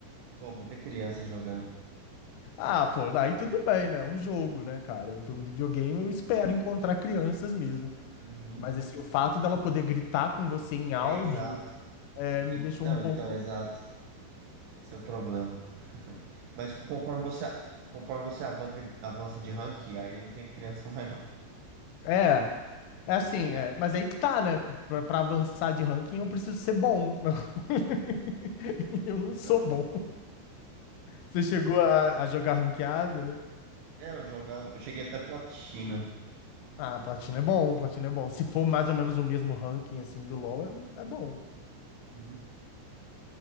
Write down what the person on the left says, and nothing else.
Ah, pô, aí tudo bem, né? É Um jogo, né, cara? É Um jogo de videogame, eu espero encontrar crianças mesmo.
Mas, assim, o fato dela poder gritar com você em
áudio
é, me
deixou
um pouco.
É, é assim, é, mas aí que tá, né? Pra, pra avançar de ranking, eu preciso ser bom. <laughs> Eu não
sou bom. Você chegou a, a jogar ranqueada?
Ah, platina é bom, platina é bom. Se for mais ou menos o mesmo ranking, assim, do LoL, é, é bom.